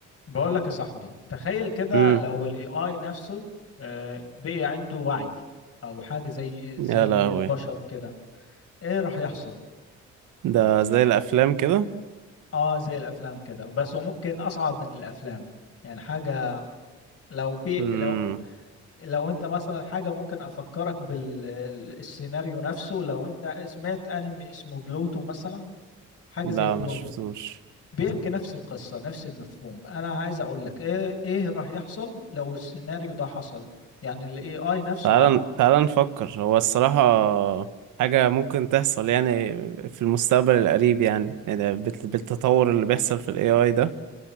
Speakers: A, on the left; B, on the right.
A: بقول لك يا صاحبي تخيل كده
B: امم
A: لو الاي اي نفسه آه، بقي عنده وعي او حاجه زي
B: يا
A: زي
B: لهوي
A: البشر كده ايه راح يحصل
B: ده زي الافلام كده
A: اه زي الافلام كده بس وممكن اصعب من الافلام يعني حاجه لو في
B: امم
A: لو لو انت مثلا حاجه ممكن افكرك بالسيناريو نفسه لو انت سمعت انمي اسمه بلوتو مثلا حاجه
B: لا
A: زي بلوتو
B: ما شفتوش
A: بيحكي نفس القصه نفس المفهوم انا عايز اقول لك ايه ايه راح يحصل لو السيناريو ده حصل يعني الاي اي نفسه
B: تعال تعال نفكر هو الصراحة حاجة ممكن تحصل يعني في المستقبل القريب يعني يعني بال- بالتطور اللي بيحصل في الاي اي ده